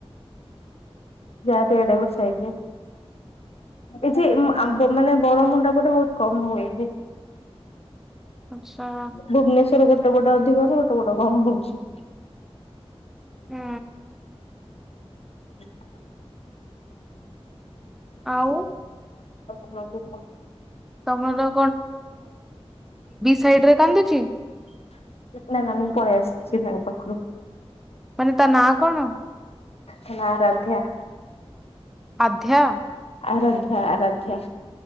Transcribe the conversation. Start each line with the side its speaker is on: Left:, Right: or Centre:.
Left: ଯାହାରି ଆଡେ ବଷା ହେଇଛି ଏ ମାନେ ବର ମୁୁଣ୍ଡା ଗୋଟେ ବହୁତ କମ ହୁଏ।
Centre: ଆଚ୍ଛା
Left: ଭୁବନେଶ୍ଵର ଗୋଟେ ଗୋଟେ ଅଧିକ ଗୋଟେ ଗୋଟେ କମ ହଉଛି।
Centre: ହୁଁ।
Left: ହଁ।
Centre: ଆଉ।
Left: ଆଉ କ ମା କୁ
Centre: ତମର ସାଇଡ ରେ କାନ୍ଦୁଚି।
Left: ନା ନା ମୁଁ ପଳେଇ ଆସିଛି ସାଙ୍ଗ ପାଖରୁ।
Centre: ମାନେ ତା ନାଁ କଣ?
Left: ତା ନାଁ ଆରାଧ୍ୟା।
Centre: ଅଧ୍ୟା।
Left: ଆରାଧ୍ୟା ଆରାଧ୍ୟା।